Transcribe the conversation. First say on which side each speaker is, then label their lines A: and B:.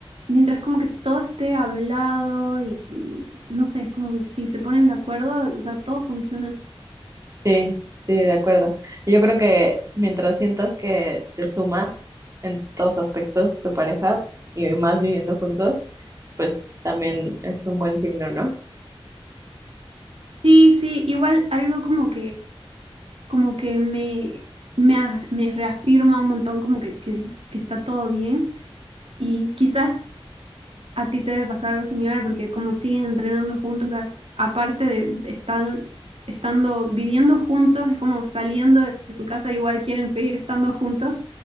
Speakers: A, on the right; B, on the right.
A: mientras como que todo esté hablado y, y no sé, es como si se ponen de acuerdo, o sea, todo funciona.
B: Sí, sí, de acuerdo. Yo creo que mientras sientas que te suma en todos aspectos tu pareja y más viviendo juntos, pues también es un buen signo, ¿no?
A: Sí, sí, igual algo como que, como que me, me, a- me reafirma un montón, como que, que- que está todo bien. Y quizás a ti te debe pasar algo similar porque como siguen entrenando juntos, o sea, aparte de estar estando viviendo juntos, es como saliendo de su casa, igual quieren seguir estando juntos.